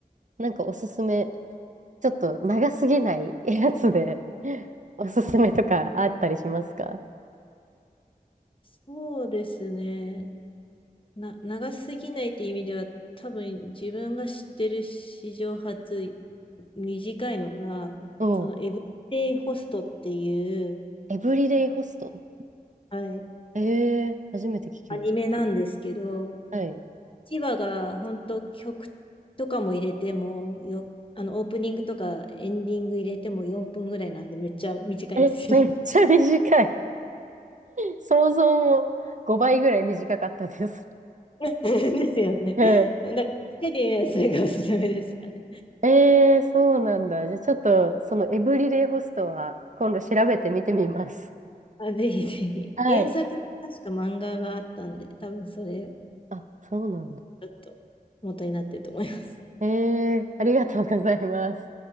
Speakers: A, on the right; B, on the left.
A: なんかおすすめ、ちょっと長すぎないやつで <laughs> おすすめとかあったりしますか
B: そうですね。な、長すぎないっていう意味では、多分自分が知ってる史上初短いのが、
A: うん。
B: そのエブリデイホストっていう、
A: エブリデイホスト
B: はい、
A: ええー、初めて聞きました。
B: アニメなんですけど、
A: はい。
B: 1話が本当曲とかも入れてもよ、あのオープニングとかエンディング入れても4分ぐらいなんでめっちゃ短いんですよ。
A: え、めっちゃ短い。想像も5倍ぐらい短かったです。
B: <laughs> ですよね。
A: うん。
B: だから、手でそれがおすすめですかね。
A: えー、そうなんだ。じゃあちょっと、そのエブリデイホストは今度調べてみてみます。
B: あ、ぜひぜひ。
A: はい。
B: 原作、確か漫画があったんで、多分それ、
A: あ、そうなんだ。
B: ちょっと元になってると思います。
A: えー、ありがとうございます。